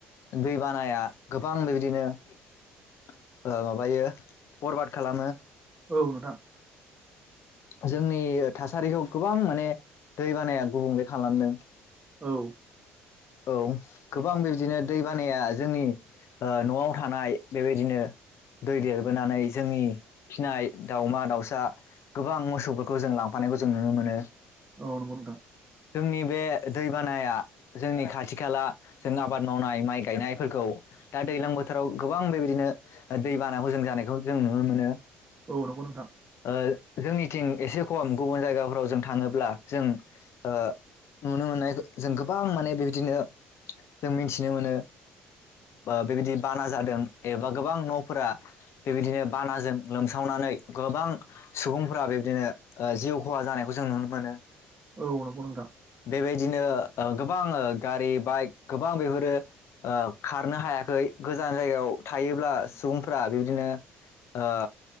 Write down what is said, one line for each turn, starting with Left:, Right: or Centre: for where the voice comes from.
Left: दै बानाया गोबां बेबायदिनो ओ माबायो बरबाद खालामो
Right: औ नोंथां।
Left: जोंनि ओ थासारिखौ गोबां माने दै बानाया गुबुंले खालामदों।
Right: औ।
Left: औ गोबां बेबदिनो दै बानाया जोंनि ओ नवाव थानाय बेबायदिनो दै देरबोनानै जोंनि फिनाय दाावमा-दाउसा गोबां मोसौफोरखौ जों लांफानायखौ जों <unintelligible> माने
Right: औ नंगौ नोंथां।
Left: जोंनि बे दैबानाया जोंनि खाथि-खाला जों आबाद मावनाय माइ गायनायफोरखौ दा दैज्लां बोथोराव गोबां रैबायदिनो दैबाना हजों जानायखौ जों नुनो मोनो।
Right: औ नंगौ नोंथां।
Left: ओ जोंनिथिं एसे खम गुबुन जायगाफ्राव जों थाङोब्ला जों ओ नुनो मोननाय जों गोबां माने बेबायदिनो जों मिथिनो मोनो। बा बेबायदि बाना जादों। एबा गोबां नफोरा बेबायदिनो बानाजों लोमसावनानै गोबां सुबुंफोरा बेबायदिनो ओ जिउ खहा जानायखौ जो जों नुनो मोनो।
Right: औ नंगौ नोंथां।
Left: बेबायदिनो ओ गोबां ओ गारि बाइक गोबां बेफोरो ओ खारनो हायाखै गोजान जायगायाव थायोब्ला सुबुंफोरा बेबादि बिदिनो ओ